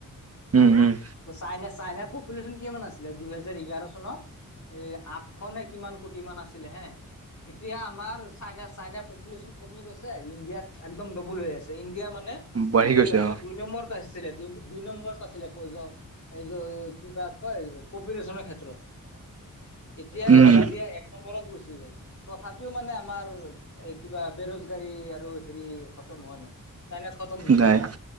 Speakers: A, on the right; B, on the left.
A: উম উম
B: চাই-চাইনাৰ পপুলেশ্যন কিমান আছিলে দুহেজাৰ এঘাৰ চনত? এ' আঠশ নে কিমান কোটি মান আছিলে হে। এতিয়া আমাৰ চাইন-চাইনাৰ পপুলেশচন কমি গৈছে। ইণ্ডিয়াত একদম ডবল হৈ আছে। ইণ্ডিয়া মানে
A: উম বাঢ়ি
B: তেতিয়া
A: গৈছে
B: টাইমত
A: অ
B: দুই নম্বৰত আছিলে। দু-দুই নম্বৰত আছিলে। এই কিবা কয় পপুলেশ্যনৰ ক্ষেত্ৰত। এতিয়া
A: উম
B: ইণ্ডিয়া নম্বৰত গুচি গ'ল। তথাপিও মানে আমাৰ এই কিবা বেৰোজগাৰী আৰু হেৰি খতম হোৱা নাই, চাইনাত খতম হৈ গ'ল।
A: নাই